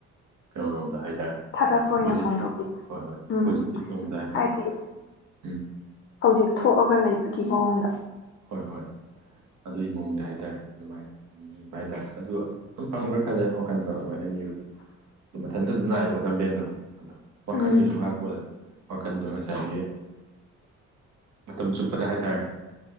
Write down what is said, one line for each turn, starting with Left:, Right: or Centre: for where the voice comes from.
Right: ꯀꯩꯅꯣꯔꯣꯝꯗ ꯍꯥꯏꯇꯥꯔꯦ
Left: ꯊꯥꯒꯠꯄ
Right: ꯎꯝ
Left: ꯑꯣꯏꯅ
Right: ꯄꯣꯖꯤꯠ
Left: ꯐꯣꯡꯗꯣꯛꯄ
Right: ꯍꯣꯏ ꯍꯣꯏ
Left: ꯎꯝ
Right: ꯄꯣꯖꯤꯇꯤꯞ ꯂꯣꯝꯗ ꯍꯥꯏꯇꯥꯔꯦ
Left: ꯍꯥꯏꯗꯤ
Right: ꯎꯝ
Left: ꯍꯧꯖꯤꯛ ꯊꯣꯛꯑꯒ ꯂꯩꯕꯒꯤ ꯃꯑꯣꯡꯗ
Right: ꯍꯣꯏ ꯍꯣꯏ ꯑꯗꯨꯒꯤ ꯃꯑꯣꯡꯗ ꯍꯥꯏꯇꯥꯔꯦ ꯑꯗꯨꯃꯥꯏꯅ ꯅꯤꯕ ꯍꯥꯏꯇꯥꯔꯦ ꯑꯗꯨ ꯑꯗꯨꯝ ꯐꯪꯕ꯭ꯔꯥ ꯈꯗꯦ ꯋꯥꯈꯟꯗꯣ ꯑꯗꯨꯃꯥꯏꯅ ꯅꯤꯕꯗꯣ ꯑꯗꯨ ꯃꯊꯟꯇ ꯑꯗꯨꯝ ꯂꯥꯛꯑꯦꯕꯣ ꯂꯝꯕꯦꯟꯗꯣ ꯑꯗꯣ ꯋꯥꯈꯜꯒꯤꯁꯨ
Left: ꯎꯝ
Right: ꯃꯈꯥ ꯄꯣꯜꯂꯦ ꯋꯥꯈꯜꯗꯣ ꯉꯁꯥꯏꯒꯤ ꯃꯇꯝ ꯆꯨꯞꯄꯗ ꯍꯥꯏꯇꯥꯔꯦ